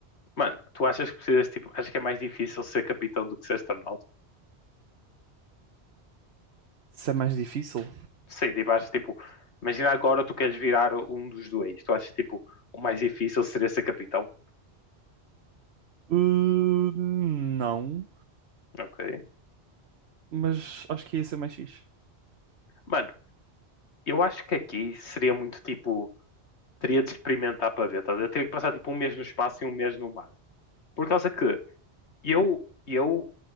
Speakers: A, on the left; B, on the right.
A: Mano, tu achas que precisas, tipo, acho que é mais difícil ser capitão do que ser astronauta?
B: Se é mais difícil?
A: Sim, tipo, acho tipo, imagina agora tu queres virar um dos dois. Tu achas, tipo, o mais difícil seria ser capitão?
B: Uh, não,
A: Ok.
B: mas acho que ia ser mais fixe.
A: Mano, eu acho que aqui seria muito, tipo, teria de experimentar para ver, tá? a ver? Eu teria que passar, tipo, um mês no espaço e um mês no mar. Por causa que eu, eu